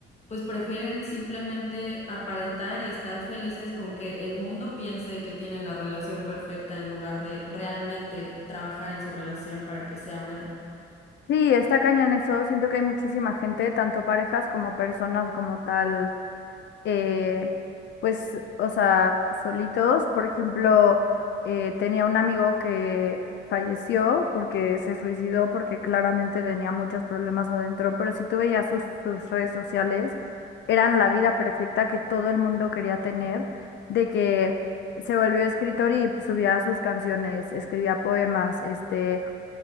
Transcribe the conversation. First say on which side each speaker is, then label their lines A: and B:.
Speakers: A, on the left (about 35°); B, on the left (about 65°).
A: pues prefieren simplemente aparentar y estar felices con que el mundo piense que tienen la relación perfecta en lugar de realmente trabajar en su relación para que sea buena.
B: Sí, está cañón eso. Siento que hay muchísima gente, tanto parejas como personas como tal eh, pues, o sea, solitos. Por ejemplo, eh, tenía un amigo que falleció porque se suicidó porque claramente tenía muchos problemas adentro, pero si tú veías sus, sus redes sociales, eran la vida perfecta que todo el mundo quería tener, de que se volvió escritor y subía sus canciones, escribía poemas, este